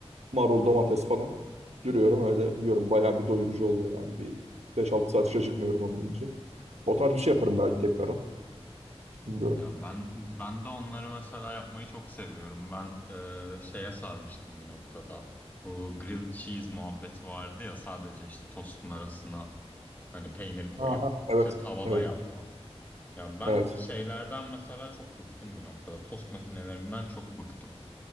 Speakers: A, on the right; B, on the left.
A: marul domates falan dürüyorum öyle yiyorum. Bayağı bir doyurucu oluyor yani bir beş altı saat hiç acıkmıyorum onu yiyince. O tarz bir şey
B: Çok
A: yaparım
B: güzel.
A: belki tekrardan. Bilmiyorum.
B: Ya ben ben de onları mesela yapmayı çok seviyorum. Ben e, şeye sarmıştım bir noktada. Bu grilled cheese muhabbeti vardı ya sadece işte tostun arasına hani peynir koyup
A: Aha, evet.
B: işte tavada
A: Evet.
B: yapma. Ya ben
A: Evet.
B: şeylerden mesela çok bıktım bir noktada. Tost makinelerinden çok bıktım.